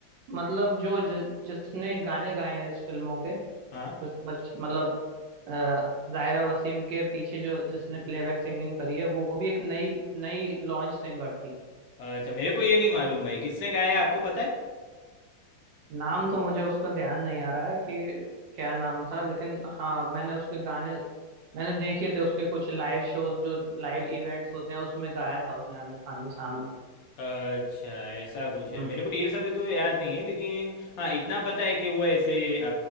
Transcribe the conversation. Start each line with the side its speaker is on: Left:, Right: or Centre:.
Right: मतलब जो जि, जिसने गाने गाए हैं इस फिल्मों के
Left: हाँ
Right: तो बच मतलब अ, जायरा वसीम के पीछे जो जिसने प्लेबैक सिंगिंग करी है वो भी एक नई नई लॉन्च सिंगर थी
Left: अच्छा मेरे को ये नहीं मालूम भाई किसने गाया है आपको पता है
Right: नाम तो मुझे उसका ध्यान नहीं आ रहा है कि क्या नाम था लेकिन हाँ मैंने उसके गाने मैंने देखे थे उसके कुछ लाइव शोज जो लाइव इवेंट्स होते हैं उसमें गाया था उसने आमिर खान के सामने
Left: अच्छा ऐसा कुछ है
Right: हम्म।
Left: मेरे को ये सब तो याद नहीं है लेकिन हाँ इतना पता है कि वो ऐसे अ,